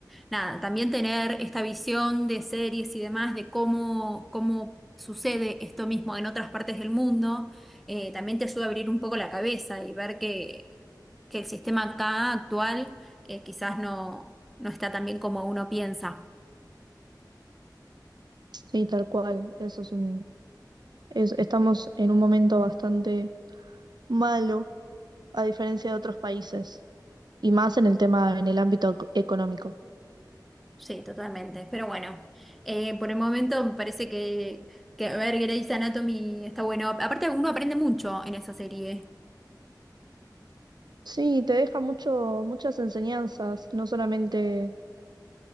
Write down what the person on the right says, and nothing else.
Sí, tal cual. Eso es un es- estamos en un momento bastante malo a diferencia de otros países y más en el tema en el ámbito ec- económico.
Sí, te deja mucho muchas enseñanzas, no solamente